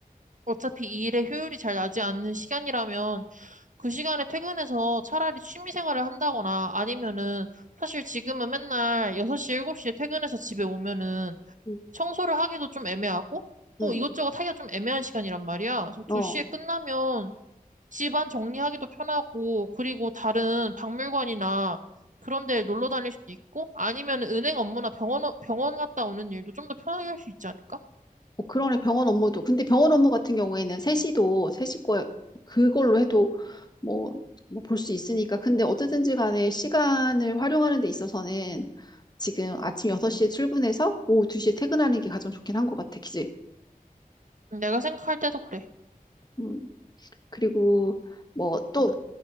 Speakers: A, on the right (about 60°); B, on the left (about 30°).
A: 어차피 이 일의 효율이 잘 나지 않는 시간이라면 그 시간에 퇴근해서 차라리 취미 생활을 한다거나 아니면은 사실 지금은 맨날 6시, 7시에 퇴근해서 집에 오면은
B: 응,
A: 청소를 하기도 좀 애매하고 뭐
B: 응.
A: 이것저것 하기가 좀 애매한 시간이란 말이야. 그래서 2시에
B: 어.
A: 끝나면 집안 정리하기도 편하고 그리고 다른 박물관이나 그런 데 놀러 다닐 수도 있고 아니면 은행 업무나 병원, 병원 갔다 오는 일도 좀 더 편하게 할 수 있지 않을까?
B: 어, 그러네, 병원 업무도. 근데 병원 업무 같은 경우에는 세시도, 세시 거, 그걸로 해도 뭐, 뭐 볼 수 있으니까. 근데 어쨌든지 간에 시간을 활용하는 데 있어서는 지금 아침 6시에 출근해서 오후 2시에 퇴근하는 게 가장 좋긴 한 것 같아, 그지?
A: 내가 생각할 때도 그래.
B: 음, 그리고 뭐 또